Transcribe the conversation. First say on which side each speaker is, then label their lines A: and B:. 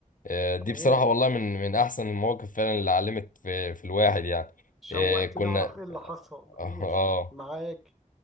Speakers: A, on the left (about 80°); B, in the centre.
A: آه، دي
B: تمام
A: بصراحة والله من من احسن المواقف فعلا اللي علمت في في الواحد يعني
B: شوقتني
A: آه، كنا
B: اعرف ايه اللي حصل
A: <laughs> اه
B: قول معاك